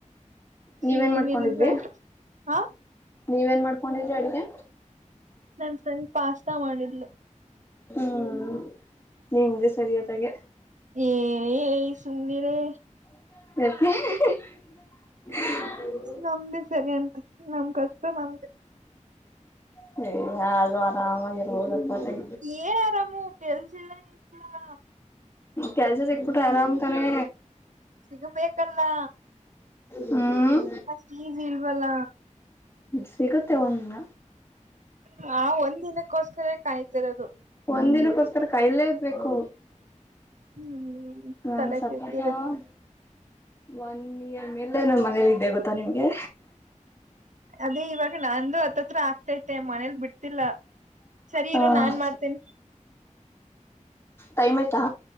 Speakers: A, on the left; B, on the right.
A: ನೀವೇನ್
B: ಏನಿಲ್ವೇ
A: ಮಾಡ್ಕೊಂಡಿದ್ರಿ
B: ಹ
A: ನೀವೇನ್ ಮಾಡ್ಕೊಂಡಿದ್ರಿ ಅಡ್ಗೆ
B: ನನ್ ಫ್ರೆಂಡ್ ಪಾಸ್ತಾ ಮಾಡಿದ್ಲು.
A: ಹ್ಮ್ ನಿಮ್ದು ಸರಿಯಾದಾಗೆ.
B: ಏಏ ಸಮ್ನಿರೆ
A: ಹ <unintelligible>
B: ನಮ್ದೇ ಸರಿ ಅಂತ ನಮ್ ಕಷ್ಟ ನಮ್ಗೆ.
A: ಸ ಯಾರದು ಆರಾಮಾಗಿರ್ಬೋದು ಹೊಟ್ಟ.
B: ಏನ್ ಆರಾಮು ಕೆಲ್ಸಿಲ್ಲ ಎನ್ ಮಾಡನ
A: ಕೆಲ್ಸ ಸಿಕ್ಬಿಟ್ರೆ ಆರಾಮ್ ತಾನೇ.
B: ಸಿಗಬೇಕಲ್ಲ
A: ಹ್ಮ್
B: ಅಷ್ಟು ಈಜಿ ಇಲ್ವಲ್ಲ
A: ಸಿಗುತ್ತೆ ಒಂದಿನ
B: ಹಾ ಒಂದ್ ದಿನಕ್ಕೋಸ್ಕರ ಕಾಯ್ತಿರೋದು.
A: ಒಂದ್ ದಿನಕ್ಕೋಸ್ಕರ ಕಯಲ್ಲೇಬೇಕು
B: ಹ್ಮ್
A: ನಾನು
B: ತಲೆ ಕೆಟ್ಟಿದೆ
A: <unintelligible> ಒನ್ ಇಯರ್ ಮೇಲೆ ನಾನ ಮನೇಲಿ ಇದ್ದೆ ಗೊತ್ತಾ ನಿಮ್ಗೆ.
B: ಅದೇ ಇವಾಗ ನಂದು ಹತ್ತತ್ರ ಆಗ್ತಾತ ಮತ್ತೆ ಮನೇಲ್ ಬಿಡ್ತಿಲ್ಲ ಸರಿ
A: ಹ
B: ಇರು ನಾನ್ ಮಾಡ್ತೇನಿ.
A: ಟೈಮ್ ಆಯ್ತಾ